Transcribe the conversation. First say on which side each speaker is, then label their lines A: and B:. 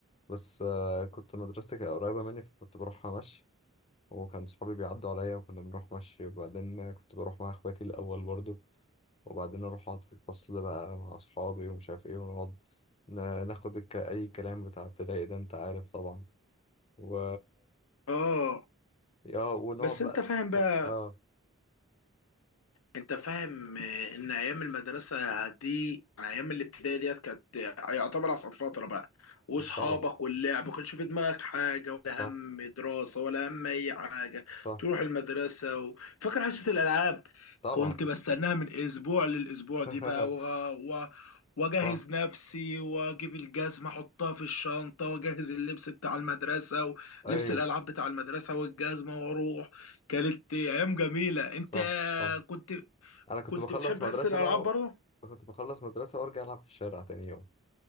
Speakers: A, on the left; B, on the left.
A: بس آه، كنت مدرستي كانت قريبة مني فكنت بروحها مشي وكان صحابي بيعدوا عليا وكنا بنروح مشي وبعدين كنت بروح مع اخواتي الاول برضو وبعدين اروح اقعد في الفصل بقى مع اصحابي ومش عارف ايه ونقعد ن- ناخد الك... اي كلام بتاع ابتدائي ده انت عارف طبعا و
B: آه
A: اه ونقعد
B: بس
A: بقى
B: أنت فاهم
A: ك...
B: بقى
A: اه
B: انت فاهم آه، ان ايام المدرسه دي ايام الابتدائي ديت كانت آه، يعتبر اصعب فتره بقى واصحابك
A: طبعا
B: واللعب ما كانش في دماغك حاجه ولا
A: صح
B: هم دراسه ولا هم اي حاجه
A: صح
B: تروح المدرسه و... فاكر حصه الالعاب
A: طبعا
B: كنت بستناها من اسبوع للاسبوع
A: <laughs>
B: دي بقى و... و... واجهز
A: صح
B: نفسي واجيب الجزمه احطها في الشنطه واجهز اللبس
A: ص-
B: بتاع المدرسه
A: ايوه
B: ولبس الالعاب بتاع المدرسه والجزمه واروح كانت ايام جميله انت
A: صح صح
B: كنت
A: انا كنت
B: كنت
A: بخلص
B: بتحب
A: مدرسة
B: حس الالعاب
A: بقى و...
B: برضه
A: كنت بخلص مدرسة وارجع العب في الشارع تاني يوم